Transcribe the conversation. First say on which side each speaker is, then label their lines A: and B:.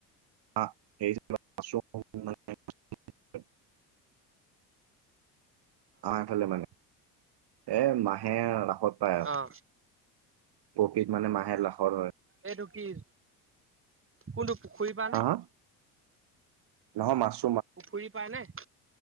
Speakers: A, on the right; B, on the right.
A: <unintelligible> অ' এইফালে মানে। এ মাহে লাখত পায় আৰু।
B: অ',
A: প্ৰফিত মানে মাহে লাখত হয়।
B: এইটো কি কোনটো পুখুৰী পা
A: হা
B: নে?
A: হা নহয় মাছ।
B: পুখুৰী পায় নে?